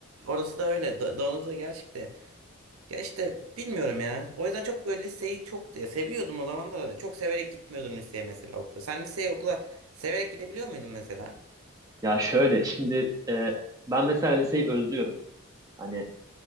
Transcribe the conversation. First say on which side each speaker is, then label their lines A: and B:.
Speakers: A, on the right; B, on the right.
A: orası da öyle. Da, doğrusu da gerçekte. Ya işte bilmiyorum ya. O yüzden çok böyle liseyi çok ya seviyordum o zamanlarda da. Çok severek gitmiyordum liseye mesela okula. Sen liseye okula severek gidebiliyor muydun mesela?
B: Ya şöyle şimdi e, ben mesela liseyi özlüyorum. Hani